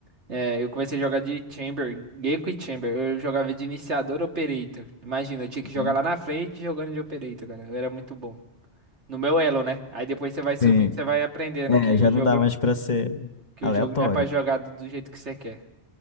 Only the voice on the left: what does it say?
Uhum.
Sim.
É,
já
não dá mais pra ser
aleatório.